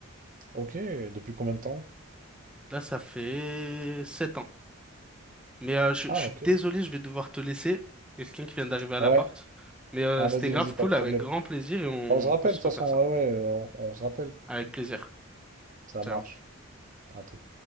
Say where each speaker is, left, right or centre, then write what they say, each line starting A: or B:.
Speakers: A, on the right; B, in the centre.
A: Ok, depuis combien de temps?
B: Là, ça fait sept ans. Mais euh, je,
A: Ah,
B: je suis
A: ok.
B: désolé, je vais devoir te laisser. Il y a Quelqu'un qui vient d'arriver à la
A: Ouais.
B: porte. Mais euh,
A: Ah,
B: c'était
A: vas-y,
B: grave
A: vas-y, pas
B: cool,
A: de problème.
B: avec grand plaisir, et on
A: Bah, On se rappelle,
B: peut se
A: de toute
B: refaire
A: façon,
B: ça.
A: ouais, ouais, on, on se rappelle.
B: Avec plaisir.
A: Ça
B: Ciao.
A: marche. À tout.